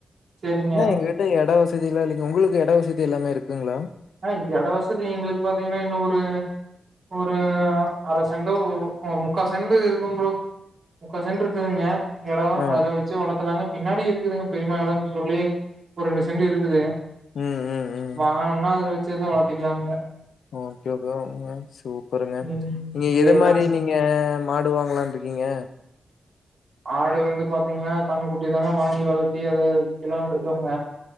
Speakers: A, on the right; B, on the left.
A: சரிங்க
B: நா எங்ககிட்ட எடோ வஸ் தெறித இல்லங்கள உங்களுக்கு எட வசதி எல்லாமே இருக்குங்களா
A: ஆ இது எட வசதி எங்களுக்கு பாத்தீங்கன்னா இன்ன ஒரு ஒரு அர சென்டோ முக்கா சென்டு இருக்கும் ஃப்ரோ முக்கா சென்ட் இருக்குதுங்க இடத
B: ஆ.
A: அதுல வச்சு வளத்துலாங்க பின்னாடி இருக்குதுங்க பெருமயாலம்ன் சொல்லி ஒரு ரெண்டு சென்டு இருக்குது
B: ம், ம், ம்.
A: வாகனம் து வச்சுதா வளர்த்திக்கலாங்க
B: ஒகே ப்ரோ சூப்பருங்க
A: ம்
B: நீங்க
A: சேரி
B: எத மாரி நீங்க மாட் உடுவாங்லான்டு இருக்கீங்க
A: ஆடு வந்து பாத்தீங்கன்னா கண்ணு குட்டி தாங்க வாங்கி வளத்தி அத விக்கலான்டு இருக்கோங்க